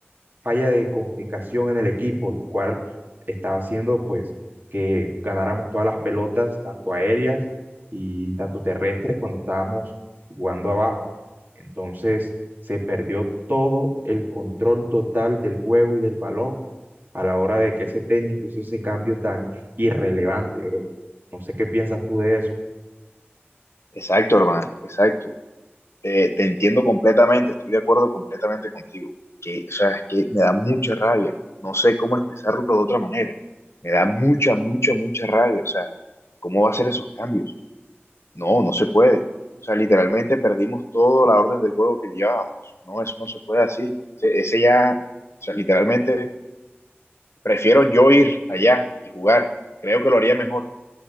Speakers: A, on the right; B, on the left.
A: falla de comunicación en el equipo, lo cual estaba haciendo pues que ganáramos todas las pelotas, tanto aéreas y tanto terrestres, cuando estábamos jugando abajo. Entonces se perdió todo el control total del juego y del balón a la hora de que ese técnico hizo ese cambio tan irrelevante, bro. No sé qué piensas tú de eso.
B: Exacto, hermano, exacto. Te, te entiendo completamente, estoy de acuerdo completamente contigo. Que, o sea, es que me da mucha rabia. No sé cómo expresarlo de otra manera. Me da mucha, mucha, mucha rabia. O sea, ¿cómo va a ser esos cambios? No, no se puede. O sea, literalmente perdimos toda la orden del juego que llevábamos. No, eso no se puede así. Ese, ese ya, o sea, literalmente prefiero yo ir allá y jugar. Creo que lo haría mejor.